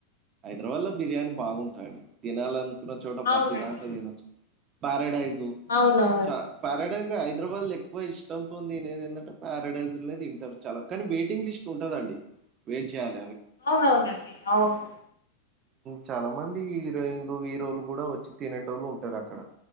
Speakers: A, on the right (about 35°); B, on the left (about 80°).
A: హైదరాబాద్ లో బిర్యానీ బాగుంటాయండి తినాలని చోట
B: అవునండి
A: పతీ దాంట్లో తినొచ్చు పారడైజ
B: అవునవును
A: చ పారడైజ హైదరాబాద్ లో ఎక్కువ ఇష్టంతోని తినేది ఏంటంటే పారడైజర్ అనేది తింటారు చాలా కానీ వెయిటింగ్ లిస్ట్ ఉంటుదండి వెయిట్జేయాల
B: అవునవునండి అవును
A: చాలా మంది హీరోయిన్లు హీరోలు కూడా వచ్చి తినేటోలు ఉంటారు అక్కడ